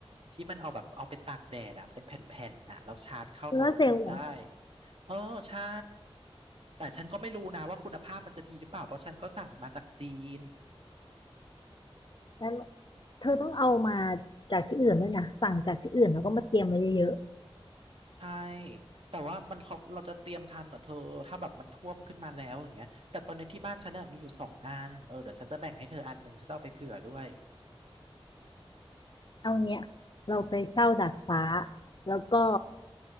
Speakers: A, on the right (about 70°); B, on the left (about 50°).
A: ที่มันเอาแบบเอาไปตากแดดอะเป็นแผ่นๆน่ะแล้วชาร์จเข้าโทรศัพท์ได้
B: โซลาร์เซลล์อย่าง
A: เออใช่แต่ฉันก็ไม่รู้นะว่าคุณภาพมันจะดีหรือเปล่าเพราะฉันก็สั่งมาจากจีน
B: นั้นเธอต้องเอามาจากที่อื่นด้วยนะสั่งจากที่อื่นแล้วก็มาเตรียมไว้เยอะ
A: ใช่แต่ว่ามันเขาเราจะเตรียมทันเหรอเธอถ้าแบบมันท่วมขึ้นมาแล้วอย่างเงี้ยแต่ตอนเนี้ยที่บ้านฉันเน่ยมีอยู่สองอันเออเดี๋ยวฉันจะแบ่งให้เธออันหนึ่งฉันจะเอาไปเผื่อด้วย
B: ๆเอาเงี้ยเราไปเช่าดาดฟ้าแล้วก็